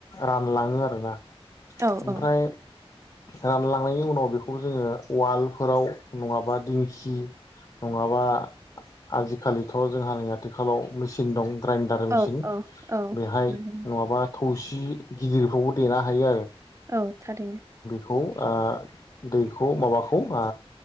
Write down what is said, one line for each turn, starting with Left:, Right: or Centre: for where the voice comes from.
Left: रान लाङो आरोना।
Right: औ
Left: ओमफ्राय
Right: औ
Left: रानलांनायनि उनाव बेखौ जोङो उवालफोराव नङाबा दिंखि नङाबा आजिखालिथ' जोंहा नैया आथिखालाव मेसिन दं ग्राइडार मेसिन
Right: औ औ औ
Left: बेहाय
Right: नंगौ
Left: नङाबा थौसि गिदिरखौबो देनो हायो आरो।
Right: औ थारैनो।
Left: खौ ओ दैखौ माबाखौ ओ